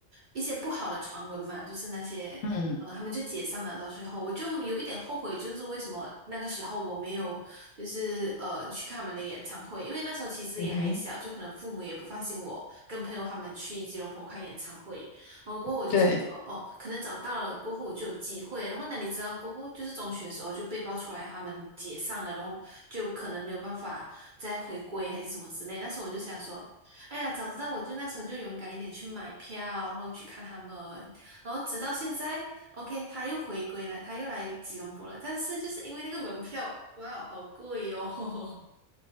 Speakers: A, on the right; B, on the left.
A: 一些不好的传闻嘛，就是那些呃，
B: 嗯
A: 他们就解散了。到最后，我就有一点后悔，就是为什么那个时候我没有就是呃去看他们的演唱会，因为那时候其实也还小，
B: 嗯哼，
A: 就可能父母也不放心我跟朋友他们去吉隆坡看演唱会，然后过后我就想说，
B: 对，
A: 哦，可能找到了，过后我就有机会。然后哪你知道过后就是中学的时候就被爆出来他们解散了，然后就可能没有办法再回归还是什么之类。那时候我就想说，哎呀，早知道我就那时候就勇敢一点去买票，然后去看他们。然后直到现在，OK，他又回归了，他又来吉隆坡了。但是就是因为那个门票，哇，好贵哦。<laughs>